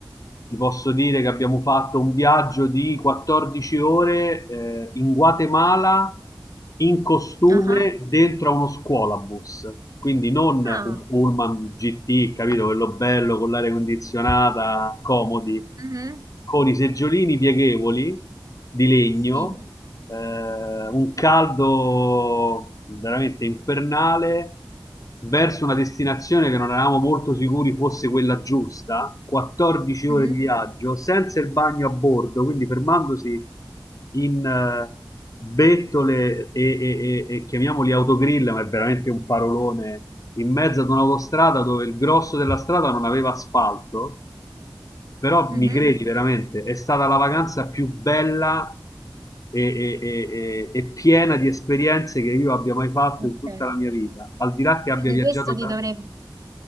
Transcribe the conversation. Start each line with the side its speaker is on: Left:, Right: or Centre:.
Left: ti posso dire che abbiamo fatto un viaggio di 14 ore, eh, in Guatemala in costume
Right: Ah, ah,
Left: dentro a uno scuolabus. Quindi non un
Right: ah,
Left: pullman GT, capito? Quello bello con l'aria condizionata, comodi,
Right: mhm,
Left: con i seggiolini pieghevoli di legno,
Right: Sì.
Left: eh, eh, un caldo veramente infernale verso una destinazione che non eravamo molto sicuri fosse quella giusta, 14 ore
Right: mhm,
Left: di viaggio, senza il bagno a bordo, quindi fermandosi in eh, bettole e, e- e- e chiamiamoli autogrill, ma è veramente un parolone, in mezzo ad un'autostrada dove il grosso della strada non aveva asfalto però
Right: mhm,
Left: mi credi veramente, è stata la vacanza più bella e, e- e- e- e piena di esperienze che io abbia mai fatto
Right: Ok.
Left: in tutta la mia vita. Al di là che abbia
Right: Quindi
Left: viaggiato
Right: questo ti
Left: tanto.
Right: dovrebbe...